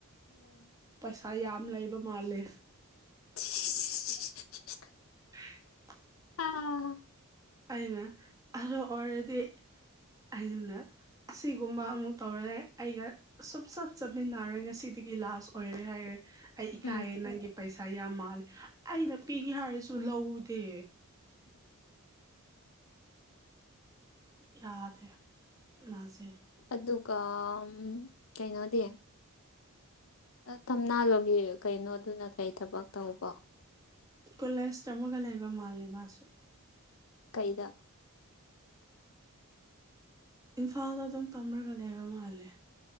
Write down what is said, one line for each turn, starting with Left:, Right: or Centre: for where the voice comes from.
Left: ꯎꯝ
Right: ꯄꯩꯁꯥ ꯌꯥꯝ ꯂꯩꯕ ꯃꯥꯜꯂꯦ
Left: <unintelligible>
Right: <unintelligible>
Left: ꯑꯥ꯫
Right: ꯑꯩꯅ ꯑꯗꯣ ꯑꯣꯏꯔꯗꯤ ꯑꯩꯅ ꯑꯁꯤꯒꯨꯝꯕ ꯑꯃꯨꯛ ꯇꯧꯔꯦ ꯑꯩꯒ꯫ ꯁꯨꯝ ꯆꯞ ꯆꯞꯃꯤꯟꯅꯔꯣꯏ ꯉꯁꯤꯗꯒꯤ ꯂꯥꯁ ꯑꯣꯏꯔꯦ ꯍꯥꯏꯔꯦ꯫ ꯑꯩ ꯏꯀꯥꯏꯌꯦ
Left: ꯎꯝ
Right: ꯅꯪꯒꯤ ꯄꯩꯁꯥ ꯌꯥꯝ ꯃꯥꯜꯂꯦ ꯑꯩꯅ ꯄꯤꯒꯦ ꯍꯥꯏꯔꯁꯨ ꯂꯧꯗꯦ꯫
Left: <inaudible>
Right: ꯌꯥꯗꯦ ꯃꯥꯁꯦ꯫
Left: ꯑꯗꯨꯒ ꯑꯝ ꯀꯩꯅꯣꯗꯤ ꯊꯝꯅꯥꯂꯣꯒꯤ ꯀꯩꯅꯣꯗꯨꯅ ꯀꯩ ꯊꯕꯛ ꯇꯧꯕ꯫
Right: ꯀꯣꯂꯦꯖ ꯇꯃꯒ ꯂꯩꯕ ꯃꯥꯜꯂꯦ ꯃꯥꯁꯨ꯫
Left: ꯀꯩꯗ꯫
Right: ꯏꯝꯐꯥꯜꯗ ꯑꯗꯨꯝ ꯇꯝꯔꯒ ꯂꯩꯕ ꯃꯥꯜꯂꯦ꯫